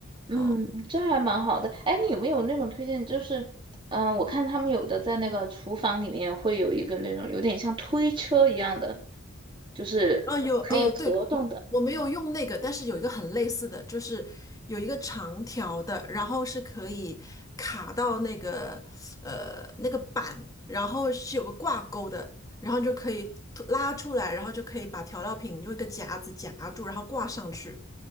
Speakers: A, on the right; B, on the left.
A: 嗯，
B: 嗯，
A: 这还蛮好的。哎，你有没有那种推荐？就是，嗯、我看他们有的在那个厨房里面会有一个那种有点像推车一样的，就是可以活动的
B: 啊，有呃，对，我我没有用那个，但是有一个很类似的，就是有一个长条的，然后是可以卡到那个呃那个板，然后是有个挂钩的，然后你就可以突拉出来，然后就可以把调料品用一个夹子夹住，然后挂上去。